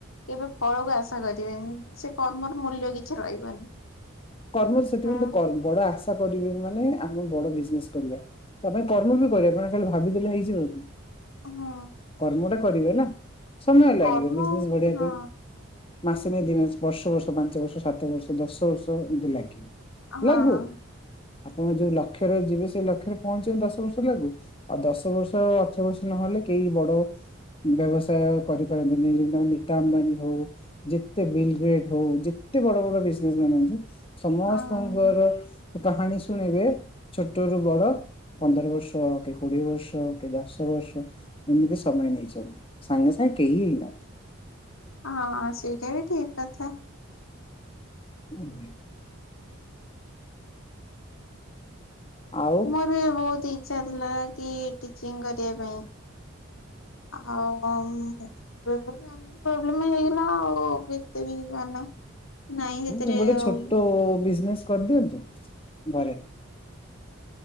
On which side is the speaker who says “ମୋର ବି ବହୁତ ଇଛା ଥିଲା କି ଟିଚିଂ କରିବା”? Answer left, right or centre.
Left